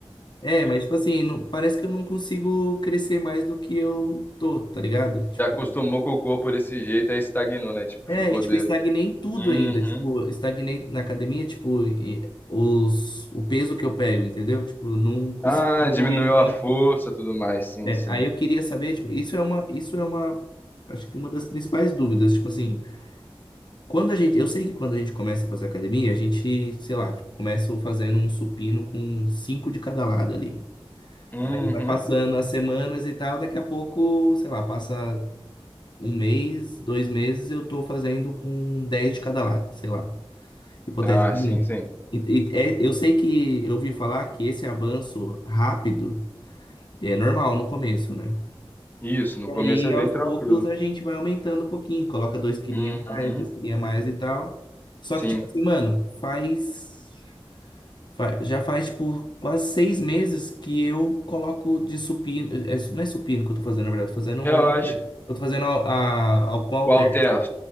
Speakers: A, on the left; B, on the left.
A: É, mas tipo assim, não- parece que eu não consigo crescer mais do que eu tô, tá ligado? Tipo,
B: Já acostumou com o corpo desse jeito, aí estagnou, né? Tipo,
A: é,
B: ficou
A: e tipo,
B: de.
A: estagnei em tudo
B: Uhum.
A: ainda. Tipo, estagnei na academia, tipo, e- os, o peso que eu pego, entendeu? Tipo, eu não consigo
B: Ah,
A: evoluir
B: diminuiu
A: muito.
B: a força, tudo mais. Sim,
A: É,
B: sim.
A: aí eu queria saber, tipo, isso é uma, isso é uma, acho que uma das principais dúvidas, tipo assim, quando a gente, eu sei que quando a gente começa a fazer academia, a gente, sei lá, tipo, começa fazendo um supino com cinco de cada lado ali.
B: Uhum.
A: Aí vai passando as semanas e tal, daqui a pouco, sei lá, passa um mês, dois meses, eu tô fazendo com 10 de cada lado, sei lá, hipoteticamente.
B: Ah, sim, sim.
A: E- e- é- eu sei que eu ouvi falar que esse avanço rápido é normal no começo, né?
B: Isso, no
A: E
B: começo
A: aí,
B: é bem
A: aos
B: tranquilo.
A: poucos, a gente vai aumentando um pouquinho, coloca dois quilinhos
B: Uhum.
A: a mais, dois quilinhos a mais e tal. Só
B: Sim.
A: que, tipo assim, mano, faz. Fa- Já faz, tipo, quase seis meses que eu coloco de supino. é, não é supino que eu tô fazendo, na verdade. Tô fazendo.
B: Eu acho,
A: Eu tô fazendo a, a, ao qual
B: O
A: alter.
B: Alter.